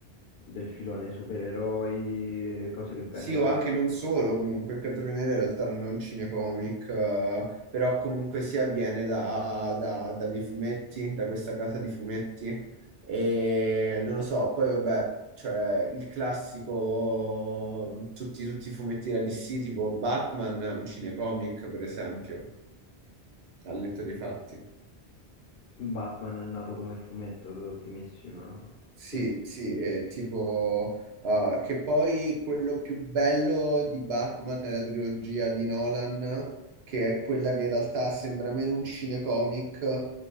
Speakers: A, on the left; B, on the right.
A: del filone supereroi, cose che vengono
B: Sì, o anche
A: da...
B: non solo, comunque il cartone nero in realtà non è un cinecomic, eh, però comunque sia viene da, da- da dei fumetti, da questa casa di fumetti, e non lo so, poi vabbè, cioè il classico, tutti, tutti i fumetti da DC, tipo Batman, è un cinecomic per esempio, ha letto dei fatti.
A: Batman è nato come fumetto eh, primissimo.
B: Sì,
A: Sì,
B: sì,
A: sì.
B: è tipo uh, che poi quello più bello di Batman nella trilogia di Nolan, che è quella che in realtà sembra meno un cinecomic,